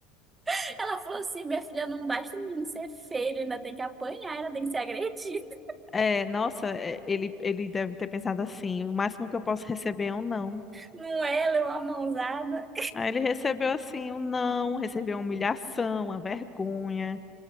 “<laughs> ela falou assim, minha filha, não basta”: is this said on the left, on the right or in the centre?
Right